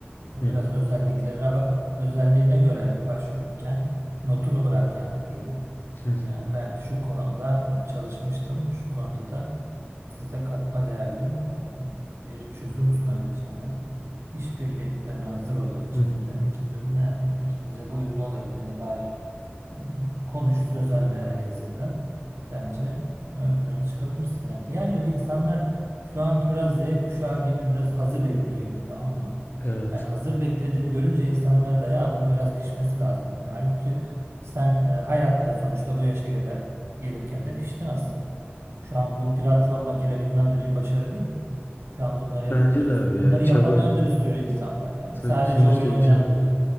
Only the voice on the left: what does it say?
Hı
hı.
Hı hı.
Hı hı.
Evet.
Bence de abi
ya çaba
tabii
sonuçta
bir çaba bu.